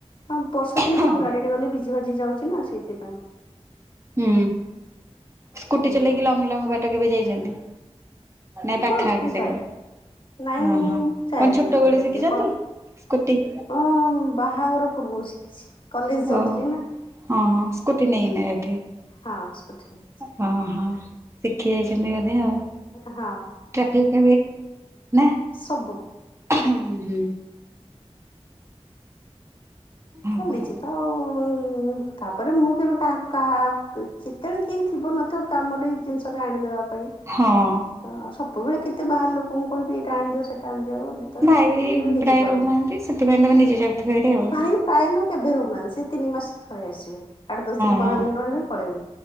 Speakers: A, on the left; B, on the right.
A: ହଁ ବର୍ଷା ଦିନେ
B: ହୁଁ।
A: କଣ ଗାଡିରେ ଗଲେ ଭିଜି ଭାଜି ଯାଉଛି ନା, ସେଥିପାଇଁ।
B: ହୁଁ, ସ୍କୁଟି
A: ହୁଁ
B: ଚଲେଇକି ଲଙ୍ଗ୍ ଲଙ୍ଗ୍ ବାଟ କେବେ ଯାଇଛନ୍ତି? ନାଇଁ ପାଖାଆ
A: ହଁ ମୁଁ
B: <unintelligible>
A: ଯାଏ ନାଇଁ ମୁଁ
B: ଅହଃ
A: ଯାଏ
B: କଣ
A: ବି
B: ଛୋଟବେଳୁ
A: ଦୂର ଯାଏ
B: ଶିଖିଛନ୍ତି
A: କଟକ
B: ସ୍କୁଟି?
A: ହଁ ବାହାଘର ପୂର୍ବରୁ ଶିଖିଛି। କଲେଜ
B: ଓ
A: ଯାଉଥିଲି ନା।
B: ହଁ ହଁ ସ୍କୁଟି ନେଇକିନା ଯାଉଥିବେ?
A: ହଁ ସ୍କୁଟି ନେଇକି
B: ହଁ ହଁ। ଶିଖିଯାଇଛନ୍ତି ବୋଧେ ଆଉ।
A: ହଁ।
B: ଟ୍ରାଫିକ୍ <unintelligible>
A: ସବୁ।
B: ଓହ୍ ହୁଁ। ଆଉ
A: ଚାଲିଛି
B: କଣ
A: ତ ଆଉ, ତାପରେ ମୁଁ କେବେ କାହାକୁ କାହା କି କେତେବେଳେ କେହି ଥିବ ନଥିବ କାମଟେ ଜିନ୍ଷଟେ ଆଣିଦେବା ପାଇଁ
B: ହଁ।
A: ତ ସବୁବେଳେ କେତେ ବାହାର ଲୋକ ମୁଁ କହିବି ଏଇଟା ଆଣିଦିଅ, ସେଇଟା ଆଣିିଦିଅ ତ
B: ଭାଇ ବି
A: ନିଜେ
B: ପ୍ରାୟ
A: କରେ,
B: ରହୁନାହାନ୍ତି ସେଥିପାଇଁ ତମେ ନିଜେ ଯାଉଥିବ ହେରି ଆଉ
A: ଭାଇ ପ୍ରାୟତ କେବେ ରହୁନାହାନ୍ତି। ସେ ତିନି ମାସ ଥରେ ଆସିବେ। ଆଠ ଦଶ ଦିନ୍
B: ହଁ
A: ପନ୍ଦର ଦିନ ରହିବେ ପଳେଇବେ।